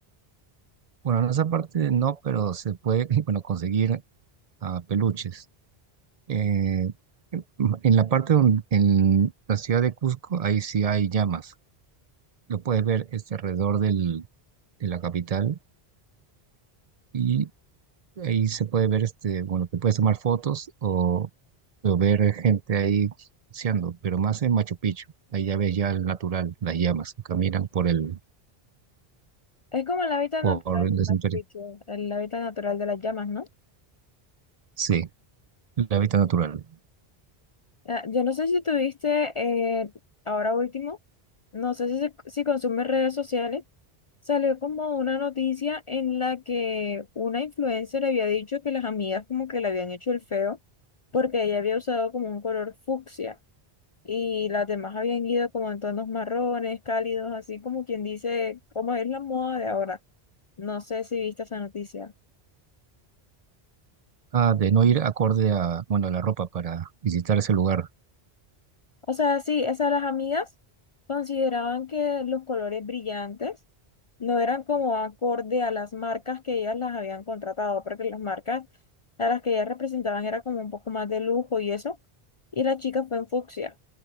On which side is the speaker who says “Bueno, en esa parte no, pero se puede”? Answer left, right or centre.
Right